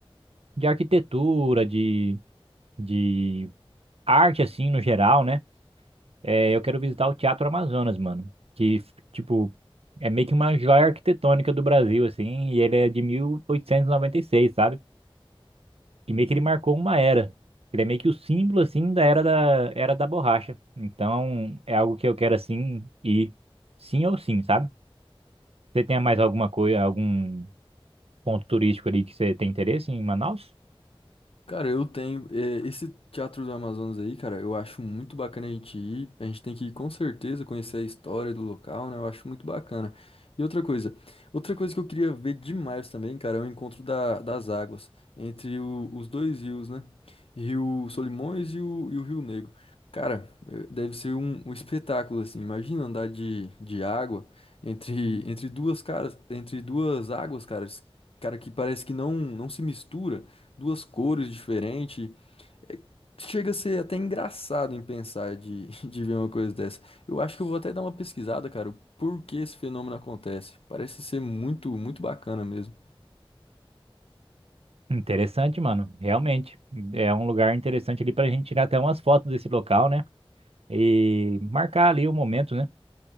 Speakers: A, on the right; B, on the left.
A: de arquitetura, de, de arte, assim, no geral, né? É, eu quero visitar o Teatro Amazonas, mano. Que, tipo, é meio que uma joia arquitetônica do Brasil, assim. E ele é de mil oitocentos e e noventa e seis sabe? E meio que ele marcou uma era. Ele é meio que o símbolo, assim, da era da, era da borracha. Então, é algo que eu quero, assim, ir sim ou sim, sabe? Você tem mais alguma coisa, algum ponto turístico ali que você tem interesse em Manaus?
B: Cara, eu tenho. é, esse Teatro do Amazonas aí, cara, eu acho muito bacana a gente ir. A gente tem que ir com certeza conhecer a história do local, né? Eu acho muito bacana. E outra coisa, outra coisa que eu queria ver demais também, cara, é o encontro da- das águas entre o- os dois rios, né? Rio Solimões e o, e o Rio Negro. Cara, eh, deve ser um, um espetáculo, assim. Imagina andar de, de água entre, entre duas caras, entre duas águas, cara, cara, que parece que não, não se mistura duas cores diferentes. Chega a ser até engraçado em pensar de, <laughs> de ver uma coisa dessa. Eu acho que eu vou até dar uma pesquisada, cara, por que esse fenômeno acontece. Parece ser muito, muito bacana mesmo.
A: Interessante, mano. Realmente. É um lugar interessante ali pra gente tirar até umas fotos desse local, né? E marcar ali o momento, né?